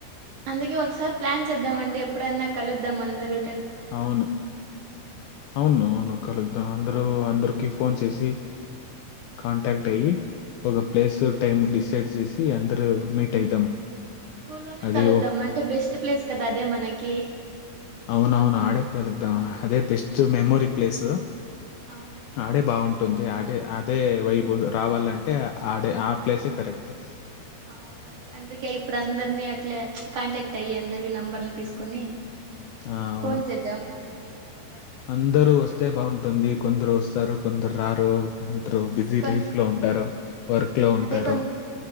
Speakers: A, on the right (about 55°); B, on the left (about 80°).
A: అందుకే ఒకసారి ప్లాన్ చేద్దామండి. ఎప్పుడైన్నా కలుద్దాం అందరు
B: అవును అవును అవును కరెక్ట్
A: ఉహు
B: అందరు అందరికి ఫోన్ చేసి
A: ఆ
B: కాంటాక్ట్ అయ్యి ఒక ప్లేస్ టైం డిసైడ్ చేసి అందరు మీట్ అయిదాం
A: స్కూల్లోనే
B: అది
A: కలుద్దాం
B: ఓ
A: అంటే బెస్ట్ ప్లేస్ కదా అదే మనకి
B: అవును అవును ఆడే కాలదాం అదే బెస్ట్ మెమోరి ప్లేస్
A: అవును
B: ఆడే బాగుంటుంది అడే అదే వైభో రావాలంటే ఆడే ఆ ప్లేసే కరెక్ట్
A: అవును అదే అందుకే ఇప్పుడు అందరిని అట్లే కాంటాక్ట్ అయ్యి అందరువి నంబర్లు తీసుకొని
B: ఆ! అవును.
A: ఫోన్ చేద్దాం అందరికి వి యోకో
B: అందరూ వస్తే బాగుంటుంది కొందరు వస్తారు కొందరు రరూ కొందరు బిజీ
A: అంటే కొ
B: లైఫ్ లో ఉంటారు వర్క్ లో ఉంటారు
A: అదే కొ